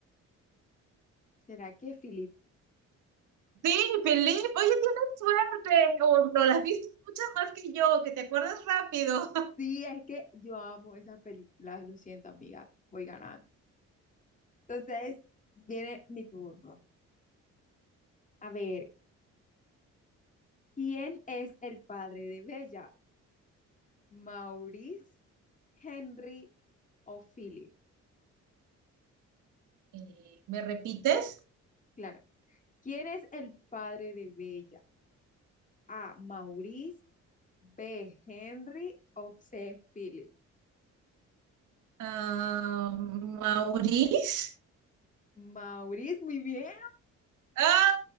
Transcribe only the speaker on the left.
¿Será que Philip?
Sí, es que yo amo esas películas. Lo siento, amiga. Voy ganando. Entonces, viene mi turno. A ver, ¿quién es el padre de Bella? ¿Maurice, Henry o Philip?
Claro. ¿Quién es el padre de Bella? A. Maurice. B. Henry. O C. Philip.
Maurice, muy bien.